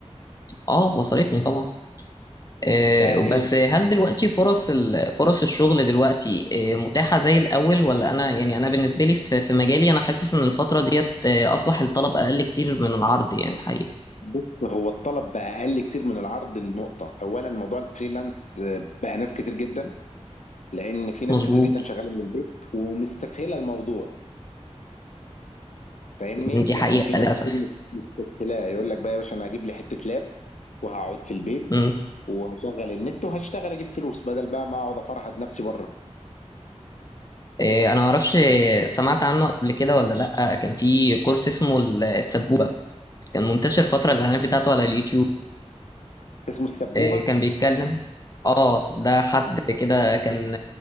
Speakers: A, on the left; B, on the left.
A: اه وصلتني طبعا آه،
B: فهي
A: بس هل دلوقتي فرص ال- فرص الشغل دلوقتي آه، متاحة زي الأول ولا أنا يعني أنا بالنسبة لي في في مجالي أنا حاسس إن الفترة ديت آه، أصبح الطلب أقل كتير من العرض يعني الحقيقة
B: بص هو الطلب بقى اقل كتير من العرض لنقطه اولا موضوع الفريلانس آه، بقى ناس كتير جدا لان في ناس
A: مظبوط
B: كتير جدا شغاله من البيت ومستسهله الموضوع فاهمني
A: دي حقيقة
B: يعني في
A: للأسف
B: ناس كتير مستسهله يقول لك بقى يا باشا انا هجيب لي حته لاب وهقعد في البيت
A: مم.
B: وهشغل النت وهشتغل اجيب فلوس بدل بقى ما اقعد افرهد نفسي بره
A: آه، أنا معرفش آه، سمعت عنه قبل كده ولا لأ كان في كورس اسمه ال- السبوبة كان منتشر فترة الإعلانات بتاعته على اليوتيوب
B: اسمه السبوبه
A: آه، كان بيتكلم اه ده حد كده كان